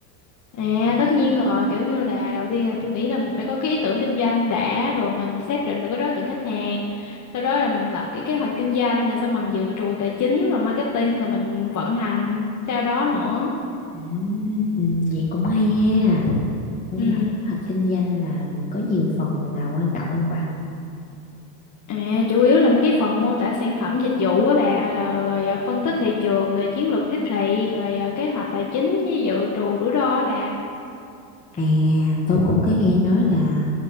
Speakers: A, on the left; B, on the left.
A: À tất nhiên rồi kiểu như là đầu tiên là tôi nghĩ là mình phải có cái ý tưởng kinh doanh đã rồi mình xác định được cái đối tượng khách hàng sau đó là mình lập cái kế hoạch kinh doanh rồi xong mình dự trù tài chính rồi marketing rồi mình vận hành sau đó nữa
B: Ừ, vậy cũng hay ha. Nhưng
A: ừ
B: mà kế hoạch kinh doanh là có nhiều phần nào quan trọng không bà?
A: à chủ yếu là mấy cái phần mô tả sản phẩm dịch vụ á bà là rồi à, phân tích thị trường rồi chiến lược tiếp thị rồi à, kế hoạch tài chính với dự trù rủi ro á bà
B: À, tôi cũng có nghe nói là